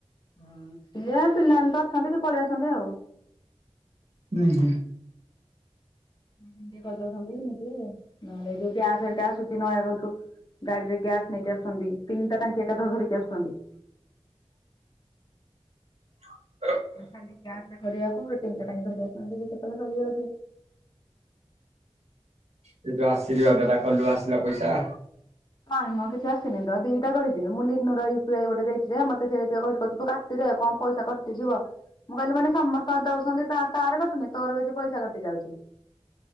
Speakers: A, on the left; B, on the right.
A: ହୁଁ ସିଏ ପିଲାମାନେ ତ ଅଛନ୍ତି ଟିକେ ପଳେଇ ଆସନ୍ତି ଆଉ।
B: ହୁଁ ହୁଁ।
A: ବୁକଙ୍ଗ ଟିକେ କରିଦଉଛନ୍ତି ନିଜେ ନହେଲେ ଏ ଯୋଉ ଗ୍ୟାସ ଘରିକା ଆସୁଛି ନୟାଗଡ଼ରୁ। ଗାଡି ରେ ଗ୍ୟାସ୍ ନେଇକି ଆସୁଛନ୍ତି ତିନିଟା ଟାଙ୍କି ଏକାଥରେ ଧରିକି ଆସୁଛନ୍ତି।
B: ହ
A: ଖାଲି ଗ୍ୟାସ ରେ କରିବାକୁ ତିନିଟା ଟାଙ୍କି ଧରିକି ଆସୁଛନ୍ତି କେତେବେଳେ ସରି ଯାଉଛି।
B: ସେ ଯୋଉ ଆସିରବାଦ ଟା କଲୁ ଆସିଲା ପଇସା।
A: କାଇଁ ମ କିଛି ଆସିନି ତ ଦିଟା କରିଛି ମୁଁ ଲିନୁ ର ୟୁ ପି ଆ ଇ ଗୋଟେ ଦେଇଛି ଯେ ମତେ ସେ ଯେତିକି କହୁଚି ତୁ କା ସେଇ ଯେ କଁ ପ ଇସା କଟି ଯିବ। ମୁଁ କହିଲି ମାନେ ସମସ୍ତଙ୍କ ଦଉଛନ୍ତି ତ କାରେ କଟୁନି ତୋର ବେଶୀ ପଇସା କଟି ଯାଉଛି।